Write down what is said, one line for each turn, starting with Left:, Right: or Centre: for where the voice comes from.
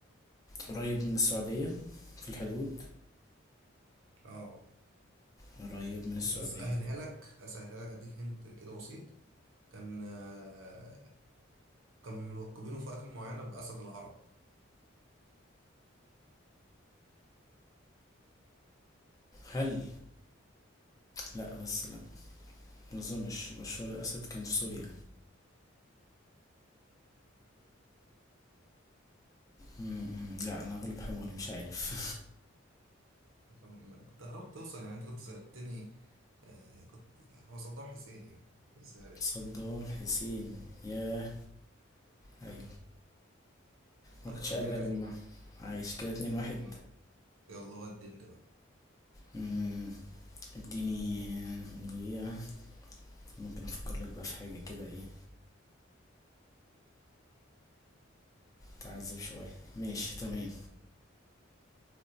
Left: قريب من السعودية في الحدود؟
Right: اه
Left: قريب من السعودية
Right: بص أسهلها لك أسهلها لك أديك هنت كده بسيط كان آه، كانوا ملقبينه في وقت معينة بأسد العرب
Left: هل لا بس لا ما اظنش بشار الاسد كان في سوريا م- م. لا انا غلب حماري مش عارف
Right: كان كنت قربت توصل يعني انت كنت سألتني آه كنت يعني هو صدام حسين يعني بس يعني.
Left: صدام حسين ياه ايوه
Right: طيب
Left: ما كنتش
Right: انا
Left: قادر
Right: كده كسبان
Left: اجمع عايش كده اتنين
Right: كده
Left: واحد
Right: 2-1. يلا ودي انت بقى
Left: مم، اديني دقيقة ممكن افكر لك بقى في حاجة كده ايه تعذب شوية ماشي تمام